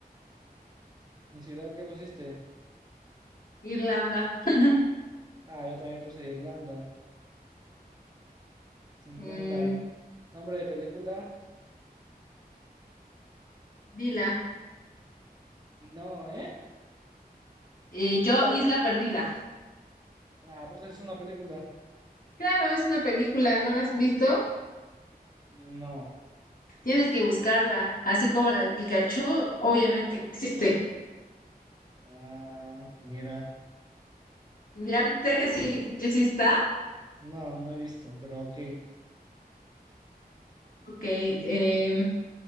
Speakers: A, on the right; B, on the left.
A: ¿En ciudad qué pusiste?
B: Irlanda. <laughs>
A: Ah, yo también puse Irlanda. cincuenta
B: Mm,
A: ¿Nombre de película?
B: Dila.
A: No, ¿eh?
B: Eh, yo, Isla Perdida.
A: Ah, porque es una película.
B: Claro, es una película, ¿no la has visto?
A: No.
B: Tienes que buscarla, así como la de Pikachu, obviamente existe.
A: Ah, mira,
B: ¿Ya viste que sí, ya sí está?
A: no, no he visto, pero ok.
B: Ok, em,